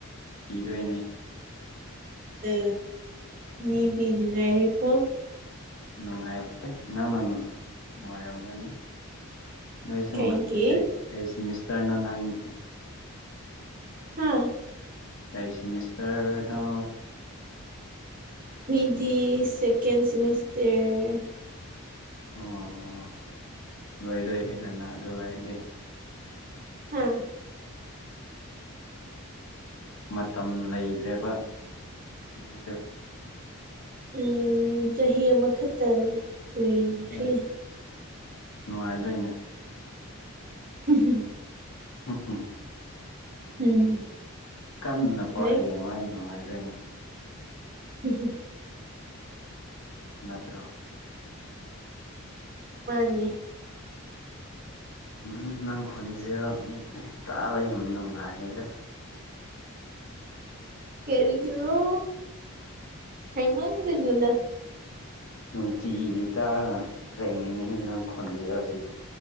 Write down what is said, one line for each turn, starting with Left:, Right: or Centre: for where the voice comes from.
Left: ꯊꯤꯗꯣꯏꯅꯤ
Right: ꯑ ꯃꯤꯗꯤ ꯉꯥꯏꯥꯏꯀꯣ
Left: ꯅꯨꯡꯉꯥꯏꯇꯦ ꯅꯪꯅ ꯅꯨꯡꯉꯥꯏꯔꯝꯒꯅꯤ ꯅꯣꯏꯁ
Right: ꯀꯩꯒꯤ
Left: ꯀ ꯀꯩꯁꯤꯦ ꯃꯤꯁꯇꯔꯅꯣ ꯅꯪꯒꯤ
Right: ꯍꯥꯥ
Left: ꯀꯩ ꯁꯦꯃꯤꯁꯇꯔꯗ
Right: ꯈꯣꯏꯗꯤ ꯁꯀꯦꯟ ꯁꯤꯃꯁꯇꯔ
Left: ꯑꯣ ꯂꯣꯏꯗꯣꯏꯔꯗꯅ ꯑꯗꯨ ꯑꯣꯏꯔꯗꯤꯦ
Right: ꯍꯥꯥ
Left: ꯃꯇꯝ ꯂꯩꯇ꯭ꯔꯦꯕ ꯃꯣꯏꯁꯨ
Right: ꯎ ꯆꯍꯤ ꯑꯃꯈꯛꯇ ꯂꯣꯏꯈ꯭ꯔꯦ
Left: ꯍꯣꯏ ꯅꯨꯡꯉꯥꯏꯗꯣꯏꯅꯦ
Right: <inaudible>
Left: ꯍ
Right: ꯎꯝ
Left: ꯀꯟꯅ ꯄꯣ
Right: ꯅꯦꯛ
Left: ꯍꯌꯦꯡ ꯅꯨꯡꯉꯥꯏꯗꯣꯏꯅꯦ
Right: ꯍ
Left: ꯅꯠꯇ꯭ꯔꯣ
Right: ꯃꯥꯅꯤ
Left: ꯎ ꯅꯪ ꯈꯨꯜꯁꯦ ꯇꯥꯔ ꯌꯥꯝ ꯅꯨꯡꯉꯥꯏꯒ
Right: ꯀꯦꯔꯤꯒꯤꯔꯣ ꯍꯩꯃꯟꯅꯗ
Left: ꯅꯨꯡꯇꯤ ꯏꯈꯤ ꯇꯥꯔꯅ ꯂꯩꯅꯤꯡꯉꯦꯅ ꯍꯦꯟꯅꯪ ꯈꯣꯟꯖꯔ ꯁꯤꯗꯤ